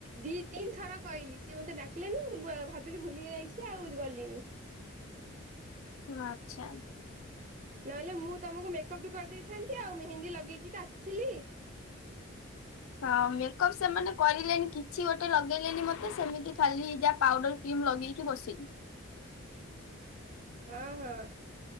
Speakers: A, on the right; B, on the left.
A: ଦି ତିନି ଥର କହିଲି ସିଏ ମତେ ଡାକିଲାନି ମୁଁ ବ-ଭାବିଲି ଭୁଲି ଯାଇଛି ଆଉ ଗଲିନି।
B: ଓହୋ ଆଚ୍ଛା।
A: ନହେଲେ ମୁଁ ତମୁକୁ ମେକଅପ୍ ବି କରିଦେଇଥାନ୍ତି ଆଉ ମେହେନ୍ଦୀ ଲଗେଇକି ତ ଆସଥିଲି।
B: ହଁ ମେକଅପ୍ ସେମାନେ କରିଲେଣି କିଛି ଗୋଟେ ଲଗେଇଲେନି ମତେ ସେମିତି ଖାଲି ଯା ପାଉଡର୍ କ୍ରିମ୍ ଲଗେଇକି ବସିଲି।
A: ହଁ -ହଁ